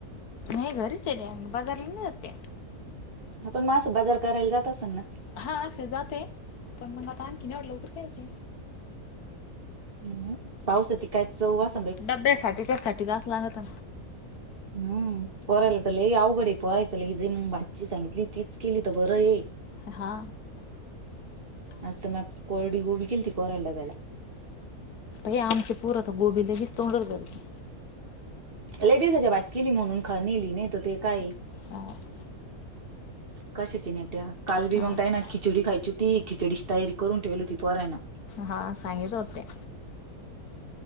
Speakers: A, on the left; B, on the right.
A: नाही घरीच आहे त्या बाजारला नाही जात त्या.
B: पण मासं बाजार करायला जात असल ना.
A: हां अशी जाते पण, म्हणल आता आणखीन येवढ्या लवकर काय चे.
B: हम्म पावसाची काय चव वास
A: डब्यासाठी त्यासाठी जास्त लागतं.
B: हम्म. पोराला तर लई अवघड पोहायचं लगीच जे मग भाची सांगितली तीच केली तर बरं ये.
A: हा.
B: आज तर म्या कोरडी गोबी केलती डब्याला.
A: ये आमचे पोरं तर गोबी लगेच तोंडात घालती.
B: <unintelligible> नेली नाही तर ती काय.
A: हा
B: कशाची नेत्या. काल बी
A: हा
B: मग त्यांना खिचडी खायची होती. खिचडीची तयारी करून ठेवली ती पोरानं.
A: हां सांगितले होते.